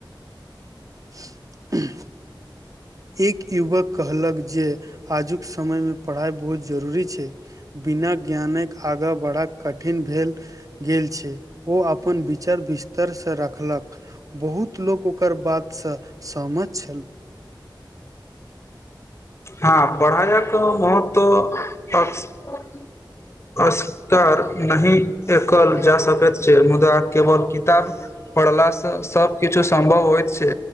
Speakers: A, on the right; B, on the left.
A: <unintelligible> एक युवक कहलक जे आजुक समय मे पढ़ाइ ब बहुत जरूरी छै बिना ज्ञानक आगाँ बढ़ब कठिन भेल गेल छै ओ अपन विचार बिस्तरसँ रखलक बहुत लोक ओकर बातसँ सहमत छल
B: हँ पढ़ाइक महत्व अक अस्कार नहि एकल जा सकैत छै मुदा केवल किताब पड़लासँ सभ किछु सम्भव होइत छै